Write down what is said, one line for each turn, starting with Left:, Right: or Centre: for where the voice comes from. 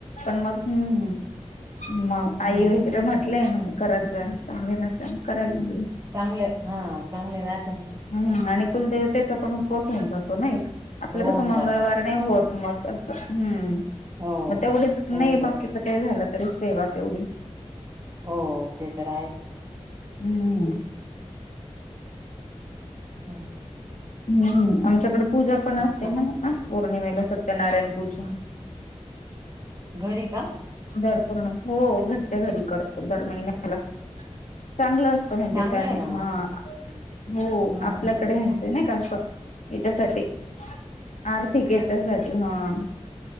Left: पण मग हम्, मग आई
Right: हम्म
Left: वगैरे म्हटलंय ह्यांना. करत जा, चांगली राहते, करायला नको
Right: चांगले हा, चांगले राहते.
Left: ह आणि कुलदेवतेचा पण उपवास होऊन जातो ना एक, आपलं
Right: होऊन
Left: कसं मंगळवार
Right: जातो आपला
Left: नाही होत मग. कस हम्म,
Right: हो
Left: मग तेवढीच नाही
Right: होऊन जात
Left: बाकीच काही झालं तरी सेवा तेवढी.
Right: हो ते तर आहे.
Left: हम.
Right: हम्म.
Left: हम्म आमच्याकडे पूजा पण
Right: त्याच्यामुळे
Left: असते ना, ना पौर्णिमेला स सत्यनारायणपूजा.
Right: घरि का.
Left: भर पूर्ण, हो घरच्या घरी करतो दर महिन्याला. चांगलं असत म्हणजे,
Right: चांगलं
Left: त्या
Right: आहे ना मग
Left: हा हो
Right: हम्म
Left: आपल्याकडे म्हणजे ना. याच्यासाठी, आर्थिक याच्यासाठी हा.